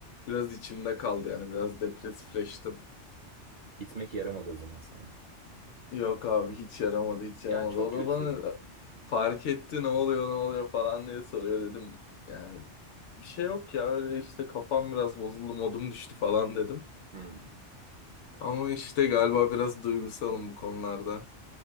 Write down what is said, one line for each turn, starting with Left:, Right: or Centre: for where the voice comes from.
Left: Biraz içimde kaldı yani biraz depresifleştim.
Right: Gitmek yaramadı o zaman sana.
Left: Yok abi hiç yaramadı hiç yaramadı.
Right: Ya çok
Left: O
Right: kötü.
Left: da bana fark etti ne oluyor ne oluyor falan diye soruyor dedim. Yani bir şey yok ya öyle işte kafam biraz bozuldu modum düştü falan dedim.
Right: Hmm.
Left: Ama işte galiba biraz duygusalım bu konularda.